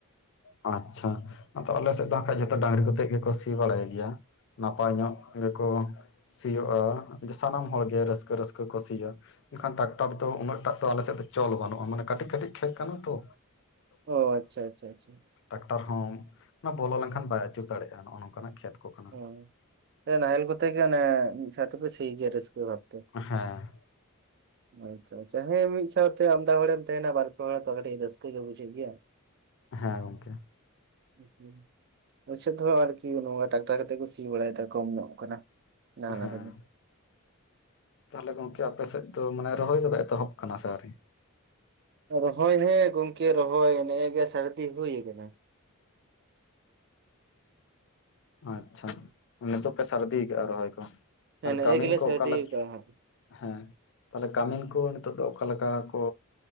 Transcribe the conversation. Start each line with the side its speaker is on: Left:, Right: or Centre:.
Left: ᱟᱪᱷᱟ ᱟᱫᱚ ᱟᱞᱮᱥᱮᱫ ᱫᱚ ᱠᱷᱟᱡ ᱰᱟᱝᱨᱤ ᱠᱚᱛᱮᱫ ᱜᱮᱠᱚ ᱥᱤ ᱵᱟᱲᱟᱭ ᱜᱮᱭᱟ ᱱᱟᱯᱟᱭ ᱧᱚᱜ ᱜᱮᱠᱚ ᱥᱤᱭᱳᱜᱼᱟ ᱥᱟᱱᱟᱢ ᱦᱚᱲᱜᱮ ᱨᱟᱹᱥᱠᱟᱹ ᱨᱟᱹᱥᱠᱟᱹ ᱠᱚ ᱥᱤᱭᱟ ᱢᱮᱱᱠᱷᱟᱱ ᱴᱨᱟᱠᱴᱟᱨ ᱫᱚ ᱩᱱᱟᱹᱜ ᱴᱟᱜ ᱫᱚ ᱟᱞᱮ ᱥᱮᱫ ᱫᱚ ᱪᱚᱞ ᱵᱟᱹᱱᱩᱜᱼᱟ ᱢᱟᱱᱮ ᱠᱟᱹᱴᱤᱡ ᱠᱟᱹᱴᱤᱡ ᱠᱷᱮᱛ ᱠᱟᱱᱟ ᱛᱚ
Right: ᱚ ᱟᱪᱷᱟ ᱟᱪᱷᱟ ᱟᱪᱷᱟ
Left: ᱴᱨᱟᱠᱴᱟᱨ ᱦᱚᱸ ᱚᱱᱟ ᱵᱚᱞᱚ ᱞᱮᱱᱠᱷᱟᱱ ᱵᱟᱭ ᱟᱹᱪᱩᱨ ᱫᱟᱲᱮᱭᱟᱜᱼᱟ ᱱᱚᱜᱼᱚ ᱱᱚᱝᱠᱟᱱᱟᱜ ᱠᱷᱮᱛ ᱠᱚ ᱠᱟᱱᱟ
Right: ᱚ ᱱᱟᱦᱮᱞ ᱠᱚᱛᱮ ᱜᱮ ᱚᱱᱮ ᱢᱤᱫ ᱥᱮᱭ ᱛᱮ ᱠᱚ ᱥᱤᱜᱮᱭᱟᱹ ᱨᱥᱠᱟᱹᱷᱟ ᱵᱷᱟᱵ
Left: ᱦᱮᱸ
Right: ᱟᱪᱪᱷᱟ ᱟᱪᱪᱷᱟ ᱦᱮᱸ ᱢᱤᱫ ᱥᱟᱶᱛᱮ ᱟᱢᱫᱟ ᱦᱚᱲᱮᱢ ᱛᱟᱦᱮᱱᱟ ᱵᱟᱨ ᱯᱮ ᱦᱚᱲ ᱛᱚ ᱠᱟᱹᱴᱤᱡ ᱨᱟᱥᱠᱟ ᱜᱮ ᱵᱩᱡᱷᱟᱹᱜ ᱜᱮᱭᱟ
Left: ᱦᱮᱸ ᱜᱚᱢᱠᱮ
Right: ᱦᱩᱸ ᱦᱩᱸ ᱳᱭ ᱥᱟ. ᱛ ᱦᱚᱸ ᱟᱨ ᱠᱤ ᱱᱚᱶᱟ ᱴᱟᱠ ᱜᱚᱴᱟ ᱠᱟᱛᱮ ᱠᱚ ᱥᱤ ᱵᱟᱲᱟᱭᱮᱫᱟ ᱠᱚᱢ ᱧᱚᱜ ᱠᱟᱱᱟ ᱰᱟᱝᱨᱟ
Left: ᱦᱮᱸ
Right: ᱜᱟᱹᱰᱤ
Left: ᱛᱟᱦᱚᱞᱮ ᱜᱚᱢᱠᱮ ᱟᱯᱮᱮᱥᱮᱫ ᱫᱚ ᱢᱟᱱᱮ ᱨᱚᱦᱚᱭ ᱠᱚᱫᱚ ᱮᱛᱚᱦᱚᱵ ᱟᱠᱟᱱᱟ ᱥᱮ ᱟᱭᱨᱤ
Right: ᱨᱚᱦᱚᱭ ᱦᱮᱸ ᱜᱚᱢᱠᱮ ᱨᱚᱦᱚᱭ ᱱᱮᱜᱼᱮ ᱜᱮ ᱥᱟᱹᱨᱫᱤ ᱦᱩᱭ ᱠᱟᱱᱟ
Left: ᱟᱪᱪᱷᱟ ᱱᱤᱛᱚᱜ ᱯᱮ ᱥᱟᱨᱫᱤ ᱠᱟᱜᱼᱟ ᱨᱚᱦᱚᱭ ᱠᱚ
Right: ᱦᱮᱸ
Left: ᱟᱨ
Right: ᱱᱮᱜᱼᱮ
Left: ᱠᱟᱹᱢᱤᱱ
Right: ᱜᱮᱞᱮ
Left: ᱠᱚ
Right: ᱥᱟᱹᱨᱫᱤ
Left: ᱚᱠᱟ ᱞᱮᱠᱟ
Right: ᱠᱟᱜᱼᱟ ᱦᱟᱸᱜ
Left: ᱦᱮᱸ ᱛᱟᱦᱞᱮ ᱠᱟᱹᱢᱤᱱ ᱠᱚ ᱱᱤᱛᱚᱜ ᱫᱚ ᱚᱠᱟ ᱞᱮᱠᱟ ᱠᱚ